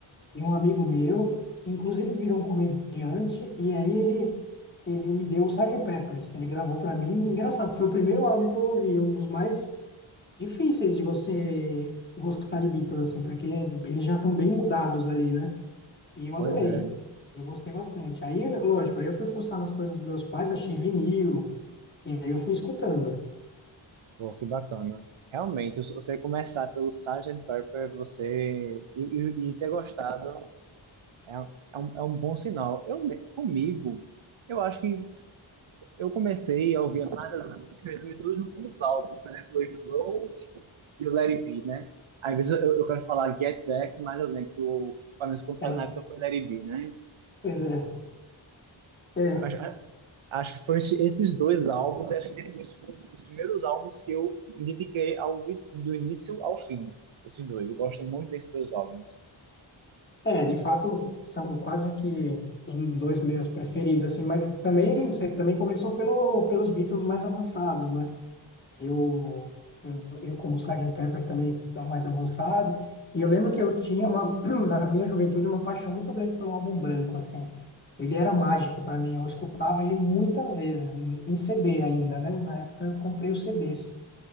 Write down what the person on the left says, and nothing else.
de um amigo meu, que inclusive virou um comediante, e aí ele, ele me deu o Sgt. Pepper's, ele gravou para mim. Engraçado, foi o primeiro álbum que eu ouvi, um dos mais difíceis de você gostar de Beatles, assim, porque eles já estão bem mudados ali, né? E eu
adorei,
eu gostei bastante. Aí, lógico, aí eu fui fuçar nas coisas dos meus pais, achei vinil, e aí eu fui escutando.
É,
pois é. É.
É, de fato, são quase que os dois meus preferidos, assim, mas também, você também começou pelo, pelos Beatles mais avançados, né? Eu, eu, eu como Sgt. Pepper também é mais avançado, e eu lembro que eu tinha uma, <clears throat> na minha juventude, uma paixão muito grande pelo álbum branco, assim. Ele era mágico para mim, eu escutava ele muitas vezes, em em CD ainda, né? Na época eu comprei os CDs.